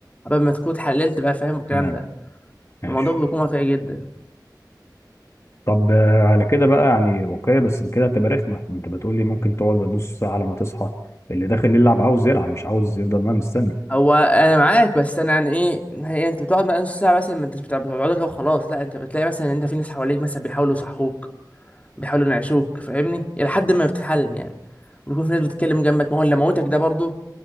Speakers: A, on the left (about 20°); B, on the left (about 40°).
A: قبل ما تكون اتحللت بقى فاهم الكلام
B: تمام
A: ده
B: ماشي
A: الموضوع بيكون واقعي جدا
B: طب آه، على كده بقى يعني واقعية بس كده هتبقى رخمة انت بتقول لي ممكن تقعد نص ساعة على ما تصحى اللي داخل يلعب عاوز يلعب مش عاوز يفضل ما مستني
A: هو انا معاك بس انا يعني ايه هي انت بتقعد بقى نص ساعه مثلا ما انتش بتاع- بتقعد كده وخلاص لا انت بتلاقي مثلا إن انت في ناس حواليك مثلا بيحاولوا يصحوك بيحاولوا ينعشوك فاهمني الى حد ما بتتحلل يعني ويكون في ناس بتتكلم جنبك ما هو اللي موتك ده برضه